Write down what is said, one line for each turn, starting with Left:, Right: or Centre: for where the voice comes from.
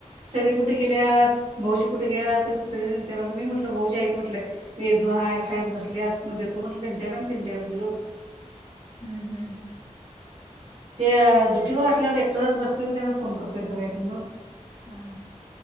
Right: सगळी कुठे गेल्यात भाऊजी कुठेहत सगळे विचारला मी म्हटलं भाऊजी आहेत म्हटलं. वेदू हा खायत बसल्या मध्ये तो म्हटलं त्यांच्याकडे आणि त्यांच्याकडे दु लोक.
Left: हम्म हम्म.
Right: ते द्युटी ववर असल्यावर एकटरच बसतो त्यांना फोन करतोय सगळ्यांनी मग
Left: हा